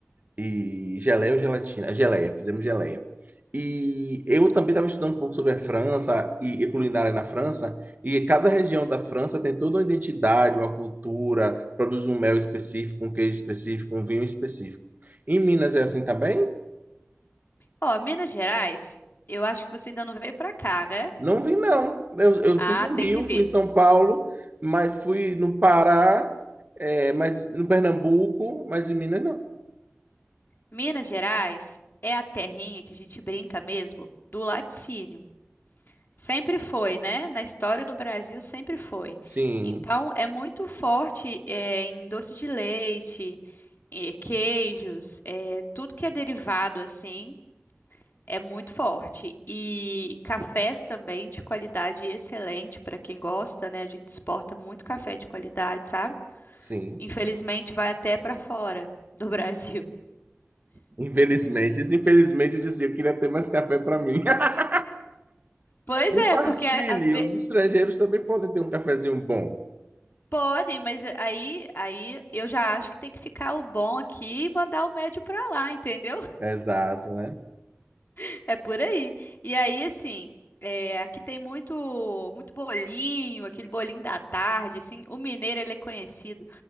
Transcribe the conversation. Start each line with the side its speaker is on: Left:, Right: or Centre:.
Right: E geleia ou gelatina? Geleia, fizemos geleia. E eu também estava estudando um pouco sobre a França e, e culinária na França, e cada região da França tem toda uma identidade, uma cultura, produz um mel específico, um queijo específico, um vinho específico. Em Minas é assim também?
Left: Ó, Minas Gerais, eu acho que você ainda não veio pra cá, né?
Right: Não vi, não. Eu, eu
Left: Ah,
Right: fui no
Left: tem
Right: Rio,
Left: que ver.
Right: fui em São Paulo, mas fui no Pará, é, mas no Pernambuco, mas em Minas não.
Left: Minas Gerais é a terrinha que a gente brinca mesmo do laticínio. Sempre foi, né? Na história do Brasil sempre foi.
Right: Sim,
Left: Então é muito forte é, em doce de leite, eh, queijos, é, tudo que é derivado assim é muito forte. E cafés também de qualidade excelente para quem gosta, né? A gente exporta muito café de qualidade, sabe?
Right: sim.
Left: Infelizmente, vai até para fora do Brasil.
Right: Infelizmente, infelizmente, eu disse, eu queria ter mais café para mim. <laughs>
Left: Pois
Right: Compartilhe,
Left: é, porque a- às vezes
Right: os estrangeiros também podem ter um cafezinho bom.
Left: podem, mas aí, aí eu já acho que tem que ficar o bom aqui e mandar o médio para lá, entendeu?
Right: Exato, né?
Left: <laughs> É por aí. E aí, assim, é, aqui tem muito, muito bolinho, aquele bolinho da tarde, assim. O mineiro ele é conhecido